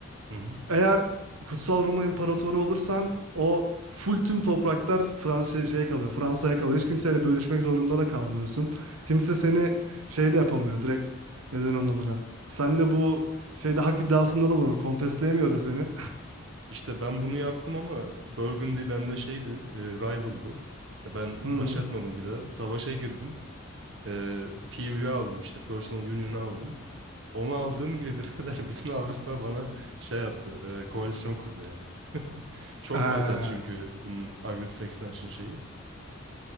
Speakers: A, on the right; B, on the right.
A: Hı hı.
B: Eğer Kutsal Roma İmparatoru olursan o full tüm topraklar Fransa'ya şeye kalıyor. Fransa'ya kalıyor. Hiç kimseyle bölüşmek zorunda da kalmıyorsun. Kimse seni şey de yapamıyor direkt neden onun adına. Sen de bu şeyde hak iddiasında da bulamıyor. Kontestleyemiyor da seni.
A: İşte ben bunu yaptım ama Burgundy bende şeydi, e, rival'dı. Ben
B: <laughs> Hı.
A: başlatmadım bir daha. Savaşa girdim. E, PU'yu aldım işte, Personal Union'u aldım. Onu aldığım gibi <laughs> birader bütün Avrupa bana şey attı. e, koalisyon kurdu yani. <laughs> Çok
B: Ee,
A: fazla çünkü bunun agresif expansion şeyi.